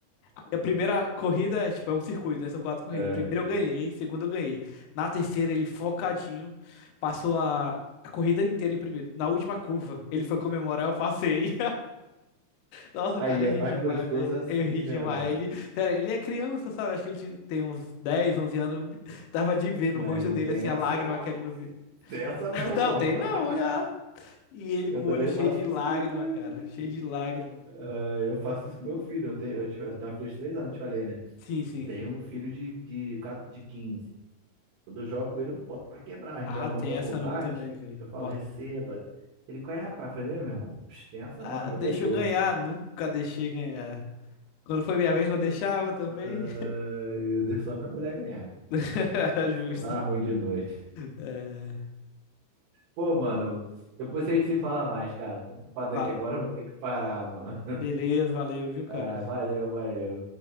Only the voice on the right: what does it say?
É.
Aí
é
mais
gostoso
assim,
né, mano?
Mas
não
tem
essa
não,
parceiro.
Tem essa não,
irmão.
<laughs>
Eu
também
faço
isso também.
É, Eu faço isso com meu filho. Eu tenho, eu tive- eu tenho uma filha de 3 anos, eu te falei, né?
E tenho um filho de, de, 4 de 15. Quando eu jogo com ele, eu boto pra quebrar. A gente
joga
Mortal
Kombat,
eu falo,
receba. Ele, qual é, rapaz? Eu falei, "Ei, meu irmão, psh, tem essa
não, jogo
é jogo.
É, Eu deixo só minha mulher ganhar.
Senão dá ruim de noite.
Pô, mano, depois a gente se fala mais, cara. Tô ocupado
aqui agora, eu vou ter que parar, mano.
Ah, valeu, valeu.